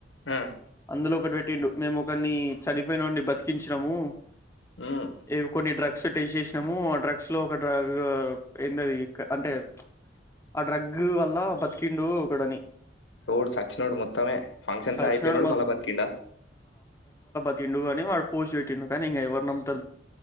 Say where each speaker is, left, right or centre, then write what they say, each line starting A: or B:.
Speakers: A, on the left; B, on the left.
A: "ఉమ్,
B: అందులో ఒకటి పెట్టిండు మేము ఒకరిని చనిపోయినడిని బతికించాము
A: ఉమ్,
B: ఏవి కొన్ని డ్రగ్ డ్రగ్స్ టేస్ట్ చేసినాము ఆ డ్రగ్స్ లో ఒక డ్రగ్ ఏందది అంటే ఆ డ్రగ్ వల్ల బతికిండు ఒకడని
A: వుడు సచ్చినోడు మొత్తమే ఫంక్షన్స్
B: సచ్చినోడు
A: అయిపోయినాడు మలబత్ కిండా
B: పట్ండు కానీ వాళు పోసి పెట్టిండు కానీ ఇం ఎవరన్నాం <inaudible>